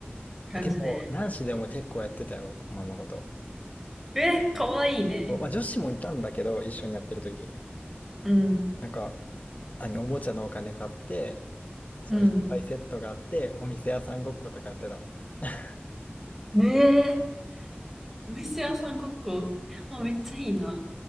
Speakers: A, in the centre; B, on the left.
A: 感じで、
B: えでも、男子でも結構やってたよ、おままごと。
A: え、かわいいね。
B: おまあ、女子もいたんだけど、一緒にやってる時。
A: うん、
B: なんか、何、おもちゃのお金買って、そのいっぱいセットがあって、
A: うん。
B: お店屋さんごっことかやってた。<laughs>
A: ねえ。お店屋さんごっこ。もうめっちゃいいな。
B: そう。